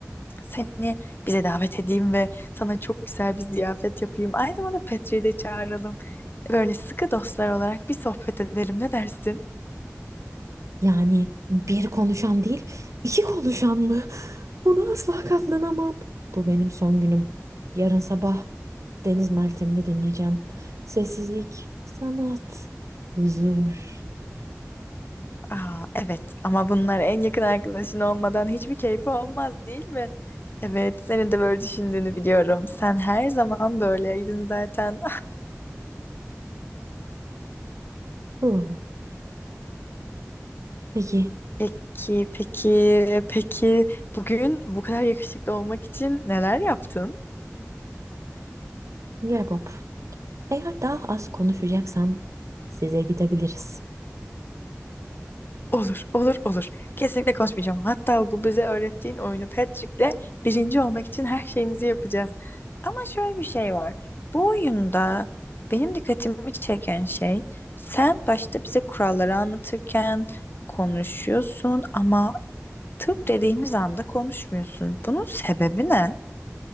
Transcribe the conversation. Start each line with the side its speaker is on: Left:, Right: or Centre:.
Left: Seni bize davet edeyim ve sana çok güzel bir ziyafet yapayım. Aynı zamanda Petri'yi de çağıralım. Böyle sıkı dostlar olarak bir sohbet edelim ne dersin?
Right: Yani bir konuşan değil, iki konuşan mı? Buna asla katlanamam. Bu benim son günüm. Yarın sabah Deniz Meltem'ini dinleyeceğim. Sessizlik, sanat, huzur.
Left: Aa, evet ama bunlar en yakın arkadaşın olmadan hiçbir keyfi olmaz değil mi? Evet, senin de böyle düşündüğünü biliyorum. Sen her zaman böyleydin zaten.
Right: Huh. Peki,
Left: <laughs> Peki, peki, peki bugün bu kadar yakışıklı olmak için neler yaptın?
Right: gel Bob. Eğer daha az konuşacaksan size gidebiliriz.
Left: Olur, olur, olur. Kesinlikle konuşmayacağım. Hatta bu bize öğrettiğin oyunu Patrick'le birinci olmak için her şeyimizi yapacağız. Ama şöyle bir şey var. Bu oyunda benim dikkatimi çeken şey sen başta bize kuralları anlatırken konuşuyorsun ama tıp dediğimiz anda konuşmuyorsun. Bunun sebebi ne?